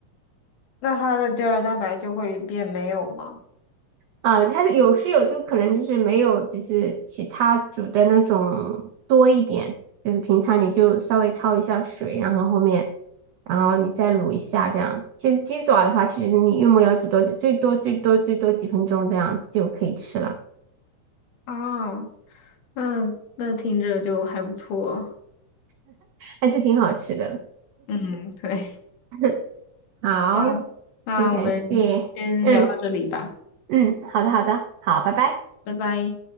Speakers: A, on the left (about 80°); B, on the right (about 80°).
A: 那它的胶原蛋白就会变没有吗？
B: 啊，它有是有，就可能就是没有，就是其他煮的那种多一点，就是平常你就稍微焯一下水，然后后面，然后你再卤一下这样。其实鸡爪的话，其实你用不了煮多久，最多最多最多几分钟这样子就可以吃了，
A: 啊，那那听着就还不错。
B: 还是挺好吃的。
A: 嗯，对，
B: <laughs> 好，
A: 嗯，那我们先聊到这里吧，
B: 很感谢，嗯嗯，好的好的，好，拜拜。
A: 拜拜。